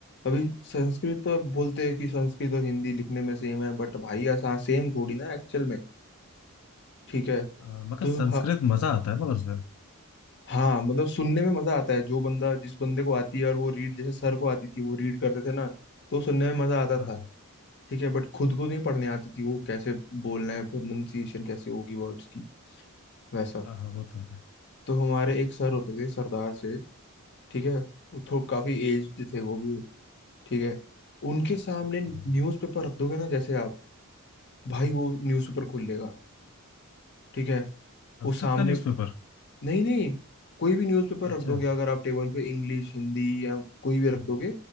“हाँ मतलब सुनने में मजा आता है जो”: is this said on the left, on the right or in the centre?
Left